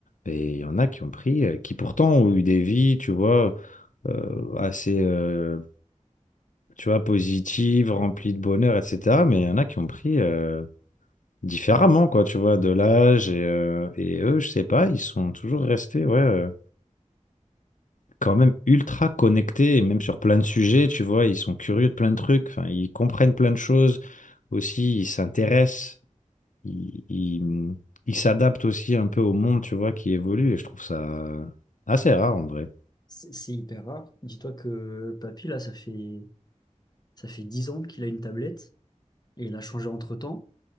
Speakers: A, on the left; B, on the left.
A: Et il y en a qui ont pris, euh, qui pourtant ont eu des vies, tu vois, euh, assez, euh, tu vois, positives, remplies de bonheur, etc. Mais il y en a qui ont pris euh, différemment, quoi, tu vois, de l'âge. Et, euh, et eux, je sais pas, ils sont toujours restés, ouais. euh, quand même ultra connectés, et même sur plein de sujets, tu vois, ils sont curieux de plein de trucs, enfin, ils comprennent plein de choses aussi, ils s'intéressent, ils, ils- ils s'adaptent aussi un peu au monde, tu vois, qui évolue, et je trouve ça assez rare en vrai.
B: C'est c'est hyper rare. Dis-toi que papy, là, ça fait, ça fait 10 ans qu'il a une tablette et il a changé entre-temps.